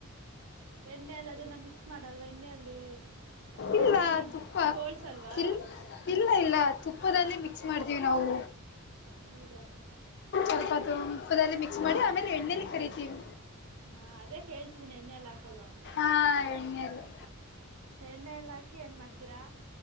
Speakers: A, on the right; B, on the left.
A: ಎಣ್ಣೆಯಲ್ಲಿ ಅದನ್ನ ಮಿಕ್ಸ್ ಮಾಡಲ್ವ ಎಣ್ಣೆಯಲ್ಲಿ
B: ಇಲ್ಲ
A: ಎಣ್ಣೆಯಲ್ಲಿ
B: ತುಪ್ಪ
A: ತೋಳ್ಸಲ್ವಾ?
B: ಇಲ್ಲ ಇಲ್ಲ ಇಲ್ಲ ತುಪ್ಪದಲ್ಲಿ ಮಿಕ್ಸ್ ಮಾಡ್ತೀವ್ ನಾವು.
A: ಹೌದಾ
B: ಸ್ವಲ್ಪ ಅದು ತುಪ್ಪದಲ್ಲಿ ಮಿಕ್ಸ್ ಮಾಡಿ ಆಮೇಲೆ ಎಣ್ಣಲಿ ಕರಿತೀವಿ.
A: ಹಾ ಅದೇ ಕೇಳ್ತಿದೀನಿ ಎಣ್ಣೆಲ್ಲ ವಂತಾ
B: ಹಾ ಎಣ್ಣೆಯಲ್ಲಿ
A: ಎಣ್ಣಲ್ ಹಾಕಿ ಏನ್ ಮಾಡ್ತೀರಾ